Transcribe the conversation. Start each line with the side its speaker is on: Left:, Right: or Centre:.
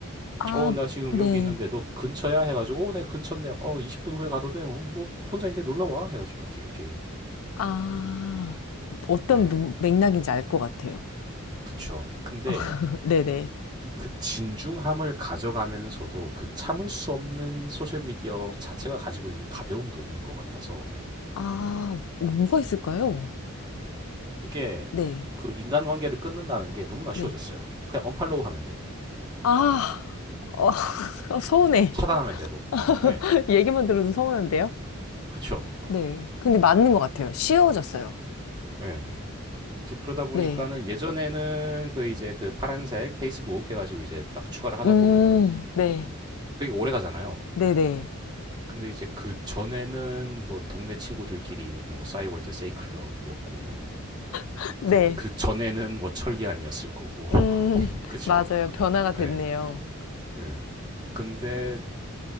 Left: 아,
Right: 어 나 지금
Left: 네.
Right: 여기 있는데 너 근처야? 해가지고 어 내 근처인데 어 20분 후에 가도 돼? 어, 뭐 혼자인데 놀러 와? 해가지고 이렇게 이렇게
Left: 아, 어떤
Right: 예.
Left: 맥락인지 알 것 같아요.
Right: 그쵸. 근데
Left: <laughs> 네네.
Right: 그 진중함을 가져가면서도 그 참을 수 없는 소셜미디어 자체가 가지고 있는 가벼움도 있는 것 같아서
Left: 아, 뭐가 있을까요?
Right: 이게
Left: 네,
Right: 그 인간관계를 끊는다는 게 너무나
Left: 네.
Right: 쉬워졌어요. 그냥 언팔로우 하면 돼.
Left: 아, 어, <laughs> 서운해.
Right: 차단하면 되고.
Left: <laughs>
Right: 예.
Left: 얘기만 들어도 서운한데요?
Right: 그쵸.
Left: 네. 근데 맞는 것 같아요. 쉬워졌어요.
Right: 예. 이제 그러다 보니까는
Left: 네.
Right: 예전에는 그 이제 그 파란색 페이스북 해가지고 이제 딱 추가를 하다
Left: 음,
Right: 보면은
Left: 네.
Right: 되게 오래 가잖아요.
Left: 네네.
Right: 근데 이제 그 전에는 뭐 동네 친구들끼리 뭐 싸이월드 세이클럽이었고 뭐
Left: <laughs> 네.
Right: 그, 그 전에는 뭐 천리안이었을 거고. <laughs>
Left: 음,
Right: 그쵸.
Left: 맞아요. 변화가 됐네요.
Right: 예. 예. 근데